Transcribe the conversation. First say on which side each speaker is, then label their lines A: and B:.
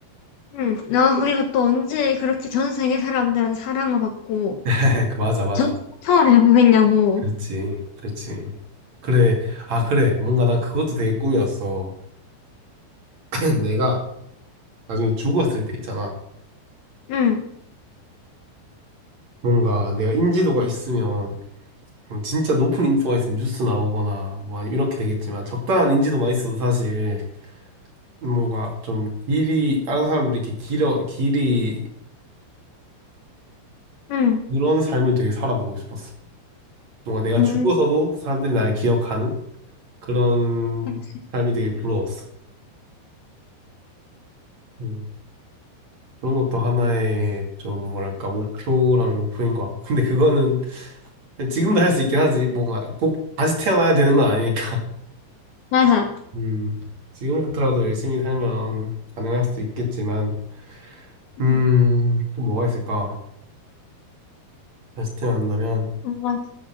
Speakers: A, on the left; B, on the right.
A: 응. 나 그리고 또 언제 그렇게 전 세계 사람들한테 사랑을 받고
B: <laughs> 그, 맞아, 맞아.
A: 전 세계 투어를 해보겠냐고.
B: 그렇지, 그렇지. 그래, 아, 그래. 뭔가 난 그것도 되게 꿈이었어. <clears throat> 내가 나중에 죽었을 때 있잖아.
A: 응,
B: 뭔가 내가 인지도가 있으면, 음, 진짜 높은 인지도가 있으면 뉴스 나오거나, 뭐, 아니면 이렇게 되겠지만, 적당한 인지도만 있어도 사실, 뭔가 좀 길이 다른 사람들이 이렇게 길어 길이잖아
A: 응,
B: 그런 삶을 되게 살아보고 싶었어 뭔가 내가
A: 응.
B: 죽어서도 사람들이 나를 기억하는 그런
A: 그치.
B: 삶이 되게 부러웠어 음, 그런 것도 하나의 좀 뭐랄까 목표라면 목표인 것 같고 <laughs> 근데 그거는 지금도 할 수 있긴 하지 뭔가 꼭 다시 태어나야 되는 건 아니니까
A: 맞아.
B: <laughs> 음, 지금부터라도 열심히 살면 가능할 수도 있겠지만
A: 응.
B: 음, 또 뭐가 있을까 다시 태어난다면
A: 뭔가